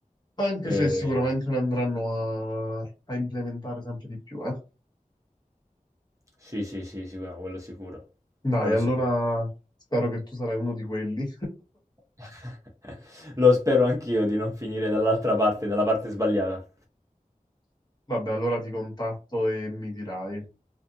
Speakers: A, on the left; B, on the right.
A: Anche
B: E
A: se sicuramente ne andranno a, a implementare sempre di più, eh.
B: sì, sì, sì, sì, no, quello sicuro.
A: Dai,
B: Quello
A: allora
B: sicuro.
A: spero che tu sarai uno di quelli.
B: <laughs> Lo spero anch'io di non finire dall'altra parte, dalla parte sbagliata.
A: <laughs> Vabbè, allora ti contatto e mi dirai.